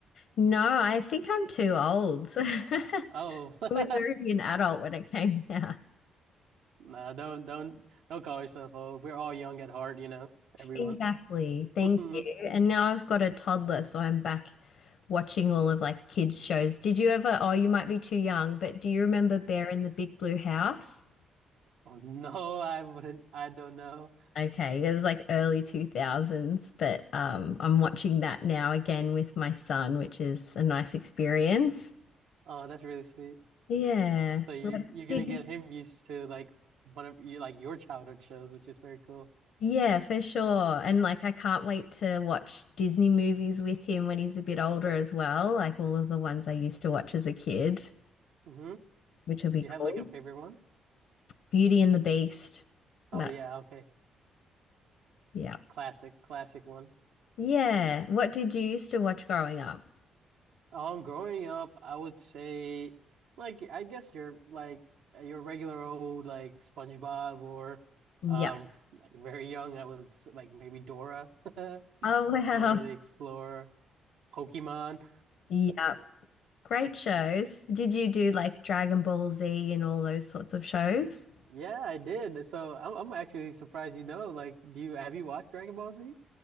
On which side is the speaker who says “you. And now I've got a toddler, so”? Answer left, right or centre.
Left